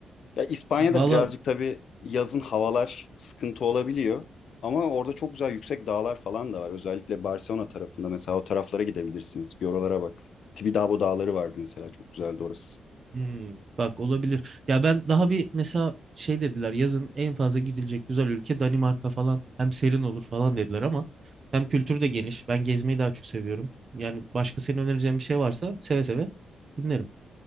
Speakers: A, on the left; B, on the right.
A: Ya İspanya'da
B: Valla
A: birazcık tabii yazın havalar sıkıntı olabiliyor. Ama orada çok güzel yüksek dağlar falan da var. Özellikle Barcelona tarafında mesela o taraflara gidebilirsiniz. Bir oralara bak. Tibidabo dağları vardı mesela. Çok güzeldi orası.
B: Hmm, bak olabilir. Ya ben daha bir mesela şey dediler yazın en fazla gidilecek güzel ülke Danimarka falan. Hem serin olur falan dediler ama hem kültür de geniş. Ben gezmeyi daha çok seviyorum. Yani başka senin önereceğin bir şey varsa seve seve dinlerim.